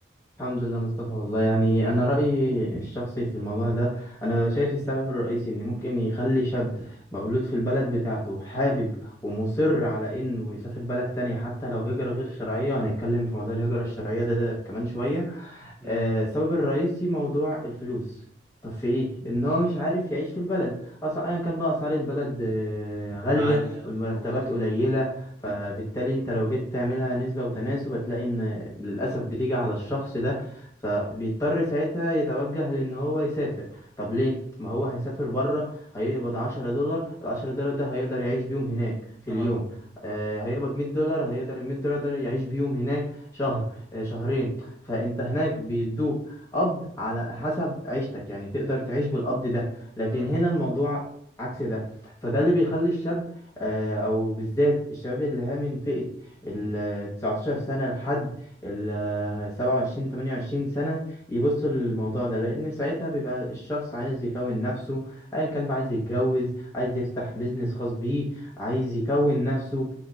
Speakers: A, on the left; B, on the right.
A: الحمد لله مصطفى والله يعني انا رايي الشخصي في الموضوع ده انا شايف السبب الرئيسي ان ممكن يخلي شاب مولود في البلد بتاعته وحابب ومصر على انه يسافر بلد تانية حتى لو هجرة غير شرعية وهنتكلم في موضوع الهجرة الشرعية ده, ده كمان شوية
B: مم.
A: آه، السبب الرئيسي موضوع الفلوس طب في ايه ان هو مش عارف يعيش في البلد اصلا ايا كان بقى اسعار البلد آه، غاليه
B: عالية
A: والمرتبات
B: وواطية
A: قليله فبالتالي
B: حلو
A: انت لو جيت تعملها نسبه وتناسب هتلاقي ان للاسف بتيجي على الشخص ده فبيضطر ساعتها يتوجه لان هو يسافر طب ليه ما هو هيسافر بره هيقبض 10 دولار العشرة دولار ده هيقدر يعيش بيهم هناك في
B: اه
A: اليوم آه، هيقبض 100 دولار هيقدر ال 100 دولار ده يعيش بيهم هناك شهر آه، شهرين فانت هناك بيدوك قبض على حسب عيشتك يعني تقدر تعيش بالقبض ده لكن
B: مم.
A: هنا الموضوع عكس ده فده اللي بيخلي الشاب آه، او بالذات الشباب اللي هي من فئة ال 19 سنة لحد ال 27 28 سنة يبصوا للموضوع ده لأن ساعتها بيبقى الشخص عايز يكون نفسه أيا كان بقى عايز يتجوز عايز يفتح بيزنس خاص بيه عايز يكون نفسه